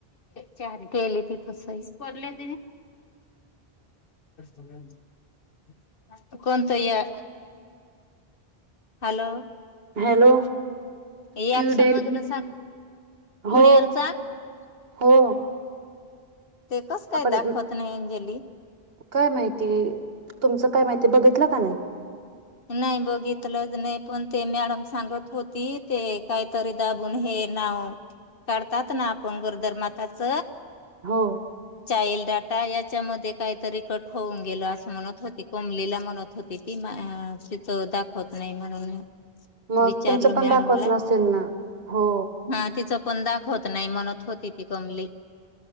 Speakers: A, on the left (about 60°); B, on the right (about 70°).
A: चार केली त तस कर ति कोणत या हॅलो
B: हॅलो
A: याप
B: क्यूडेल
A: समजलं सांग पुढेलचा
B: हो हो
A: ते कस काय
B: आपण
A: दाखवत नाही अंजली
B: काय माहिती तुमचं काय माहिती बघितलं का नाही
A: नाही बघितलंच नाही पण ते मॅडम सांगत होती ते काहीतरी दाबून हे नाव काढतात ना आपण गोरदरमाताच
B: हो
A: चाईल डाटा याच्यामध्ये काहीतरी कट होऊन गेल असं म्हणत होते कोमलीला म्हणत होती ती तिथ दाखवत नाही म्हणून
B: मग
A: विचारलं
B: तुमचं पण
A: मॅडमला
B: दाखवत नसेल ना हो
A: हा तिचं पण दाखवत नाही म्हणत होती ती कमली